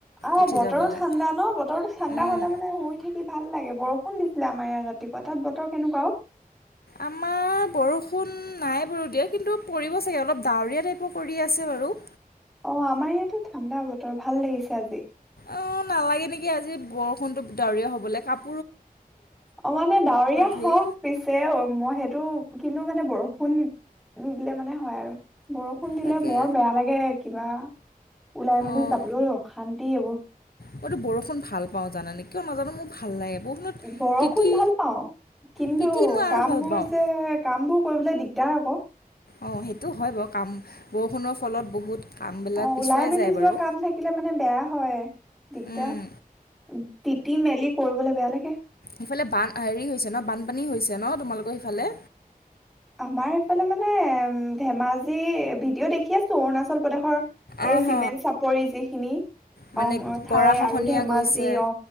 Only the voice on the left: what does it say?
উঠি যাবলৈ
উম।
আমাৰ বৰষুণ নাই বাৰু দিয়া। কিন্তু, পৰিব চাগে অলপ ডাৱৰীয়া টাইপৰ কৰি আছে বাৰু।
অ 'নালাগে নেকি আজি বৰষুণটো ডাৱৰীয়া হবলে। কাপ
ধুই
তাকে
অঁ
মইতো বৰষুণ ভাল পাওঁ জানানে? কিয় নাজানো মোৰ ভাল লাগে। বৰষুণত
তিতি
তিতি মই আৰু
ভাল
পাওঁ।
অ, সেইটো হয় বাৰু কাম বৰষুণৰ ফলত বহুত কামবিলাক
পিছুৱাই
যায়
বাৰু
উম,
ইফালে বান হেৰি হৈছে ন বানপানী হৈছে ন তোমালোকৰ সেইফালে?
অঁ
হ
মানে
গৰাখহনীয়া
গৈছে